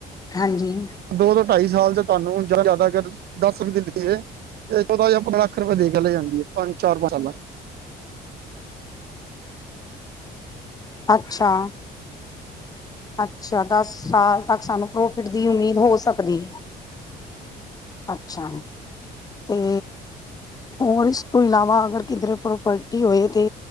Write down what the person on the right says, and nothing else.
ਦੋ ਤੋਂ ਢਾਈ ਸਾਲ ਚ ਤੁਹਾਨੂੰ ਜ਼ਿਆਦਾ ਦੱਸਏ ਇਹ ਚੌਦਾਂ ਜ ਪੰਦਰਾਂ ਲੱਖ ਰੁਪਏ ਦੇ ਕੇ ਲੈ ਜਾਂਦੀ ਹੈ ਪਾਣੀ ਚਾਰ ਪੰਜਸਾਲਾਂ